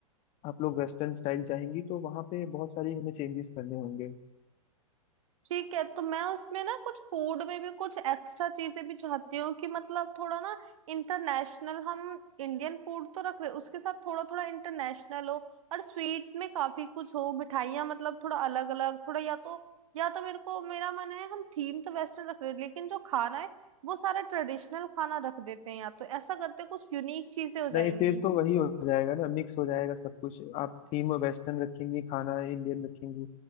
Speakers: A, on the left; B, on the right.
A: आप लोग वेस्टर्न स्टाइल चाहेंगी तो वहाँ पे बहुत सारी हमें चेंजेस करने होंगे
B: ठीक है तो मैं उसमें ना कुछ फूड में भी कुछ एक्स्ट्रा चीजें भी चाहती हूँ कि मतलब थोड़ा ना इंटरनेशनल हम इंडियन फूड तो रख रहे हैं, उसके साथ थोड़ा थोड़ा इंटरनेशनल हो और स्वीट में काफी कुछ हो मिठाइयाँ मतलब थोड़ा अलग अलग थोड़ा या तो या तो मेरे को मेरा मन है हम थीम तो वेस्टर्न रख रहे हैं, लेकिन जो खाना है वो सारा ट्रेडिशनल खाना रख देते हैं या तो ऐसा करते हैं, कुछ यूनिक चीजें हो जाएंगी
A: नहीं फिर तो वही हो जाएगा ना मिक्स हो जाएगा सब कुछ आप थीम वेस्टर्न रखेंगी खाना इंडियन रखेंगी